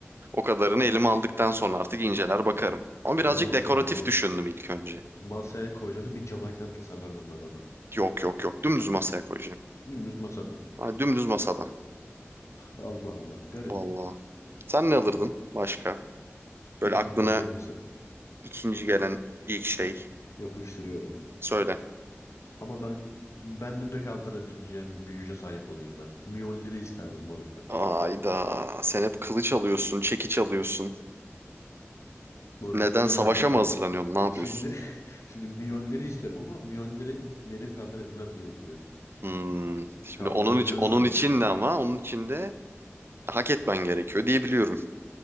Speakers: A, on the right; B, on the left.
A: O kadarını elime aldıktan sonra artık inceler bakarım.
B: Umarım.
A: Ama birazcık
B: Ben olsam
A: dekoratif
B: onu
A: düşündüm ilk önce.
B: masaya koyacağını bir camaken tasarlardım ben ona.
A: Yok yok yok dümdüz masaya koyacağım.
B: Dümdüz masada.
A: Ha, dümdüz masada.
B: Allah Allah. Garip.
A: Vallahi. Sen ne alırdın başka? Böyle
B: İkinci
A: aklına
B: hazır mısın?
A: ikinci gelen ilk şey.
B: Yapıştırıyorum.
A: Söyle.
B: Ama ben bendim de kaldırabileceğim bir güce sahip olayım ben. Miyonları isterdim moruk ben.
A: Ayda. Sen hep kılıç alıyorsun, çekiç alıyorsun.
B: Moruk
A: Neden
B: böyle
A: savaşa
B: devam ama.
A: mı hazırlanıyorsun? Ne yapıyorsun?
B: Şimdi <laughs> şimdi milyonları istiyorum ama milyonları benim kaldırabilmem gerekiyor.
A: Hmm. Şimdi
B: Kaldırabiliyorsam
A: onun için, onun
B: alırım.
A: için de ama onun için de hak etmen gerekiyor diye biliyorum.